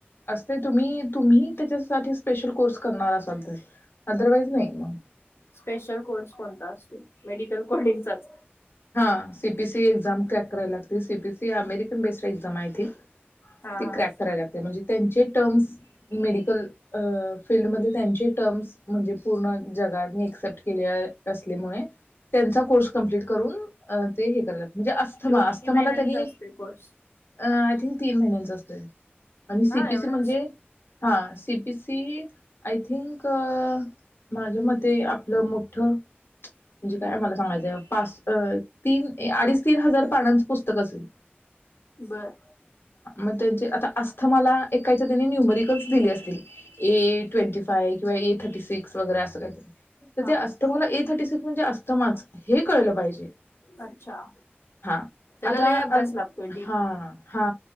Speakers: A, on the left (about 65°); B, on the left (about 80°).
A: असतय तुम्ही तुम्ही त्याच्यासाठी स्पेशल कोर्स करणार असाल तर अदरवाईज नाही म
B: स्पेशल कोर्स कोणता असतो, मेडिकल कोर्डिंगचाच.
A: हा C P C exam crack करायला लागते. C P C American based exam आहे.
B: हा
A: ती
B: हा
A: क्रॅक करायला लागते. म्हणजे त्यांचे टर्म्स मेडिकल अ फिल्डमधले त्यांचे टर्म्स म्हणजे पूर्ण जगात नेक्स्ट तट केले असलेमुळे त्यांचा कोर्स कंप्लीट करून अ ते हे करायला लागत, म्हणजे अस्थमा
B: तो किती
A: अस्थमाला
B: महिन्यांचा
A: त्यांनी
B: असतोय कोर्स
A: अ तीन महिन्यांचा अस तोय. आणि सी
B: हा
A: पी
B: एवढाच
A: सी म्हणजे हा सी पी सी ती आय थिंक माझ्या मते आपलं मोठं म्हणजे काय मला सांगायचं पाच अ तीन अडीच तीन हजार पानांचं पुस्तक असेल.
B: बर
A: म त्याजे आता अस स्थमाला एक कायतरी त्यानी न्यमरीक कट्स दिले असतील. ए ट्वेंटी फाय किंवा ए थर्टी सीक्स वैगेरे असं काय तरी तर
B: हा
A: ते अस्थमाला ए थर्टी सीक्स म्हणजे अस्थमाच हे कळल पाहिजे,
B: अच्छा
A: हा
B: त्याला
A: आता
B: लय अभ्यास
A: अल
B: लागतोय डीप
A: हा हा